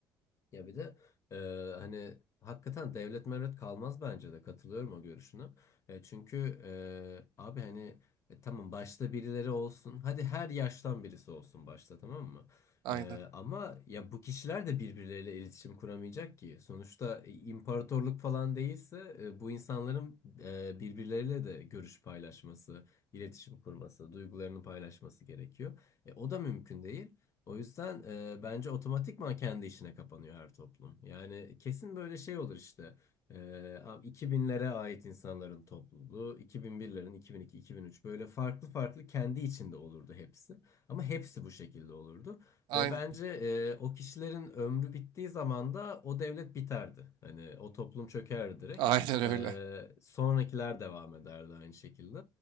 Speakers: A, on the left; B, on the right.
A: Ya bir de e, hani hakikaten devlet mevlet kalmaz bence de katılıyorum o görüşüne. E, çünkü e, abi hani e, tamam başta birileri olsun. Hadi her yaştan birisi olsun başta tamam mı?
B: Aynen.
A: E, ama ya bu kişiler de birbirleriyle iletişim kuramayacak ki. Sonuçta e, imparatorluk falan değilse e, bu insanların e, birbirleriyle de görüş paylaşması, iletişim kurması, duygularını paylaşması gerekiyor. E, o da mümkün değil. O yüzden e, bence otomatikman kendi işine kapanıyor her toplum. Yani kesin böyle şey olur işte. E, abi 2000'lere ait insanların topluluğu, 2001'lerin, 2002, 2003 böyle farklı farklı kendi içinde olurdu hepsi. Ama hepsi bu şekilde olurdu.
B: Aynen.
A: Ve bence e, o kişilerin ömrü bittiği zaman da o devlet biterdi. Hani o toplum çökerdi direkt.
B: <laughs> Aynen
A: E,
B: öyle.
A: sonrakiler devam ederdi aynı şekilde.